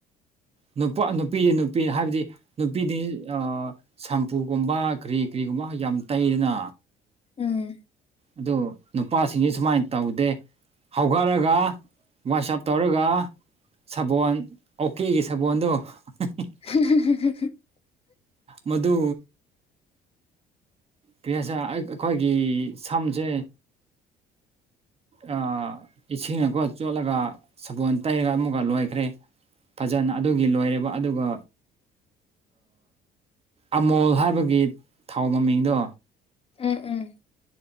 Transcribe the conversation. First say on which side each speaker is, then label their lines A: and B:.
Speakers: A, on the right; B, on the left.
A: ꯅꯨꯄꯥ ꯅꯨꯄꯤꯗꯤ ꯅꯨꯄꯤ ꯍꯥꯏꯕꯗꯤ ꯅꯨꯄꯤꯗꯤ ꯑꯥ ꯁꯝꯄꯨꯒꯨꯝꯕ ꯀꯔꯤ ꯀꯔꯤꯒꯨꯝꯕ ꯌꯥꯝ ꯇꯩꯗꯅ
B: ꯎꯝ
A: ꯑꯗꯣ ꯅꯨꯄꯥꯁꯤꯡꯁꯤ ꯁꯨꯃꯥꯏꯟ ꯇꯧꯗꯦ ꯍꯧꯒꯠꯂꯒ ꯋꯥꯆꯞ ꯇꯧꯔꯒ ꯁꯥꯕꯣꯜ ꯑꯣꯀꯦꯒꯤ ꯁꯥꯕꯜꯗꯨ <unintelligible>
B: <unintelligible>
A: ꯃꯗꯨ ꯀꯔꯤ ꯍꯥꯢꯁꯤꯔ ꯑꯩꯈꯣꯏꯒꯤ ꯁꯝꯁꯦ ꯑꯥ ꯏꯁꯤꯡꯅꯀꯣ ꯆꯣꯠꯂꯒ ꯁꯕꯣꯜ ꯇꯩꯔꯒ ꯑꯃꯨꯛ ꯂꯣꯏꯈ꯭ꯔꯦ ꯐꯖꯅ ꯑꯗꯨꯒꯤ ꯂꯣꯏꯔꯦꯕ ꯑꯗꯨꯒ ꯑꯃꯣꯜ ꯍꯥꯏꯕꯒꯤ ꯊꯥꯎ ꯃꯃꯤꯡꯗꯣ
B: ꯎꯝ ꯎꯝ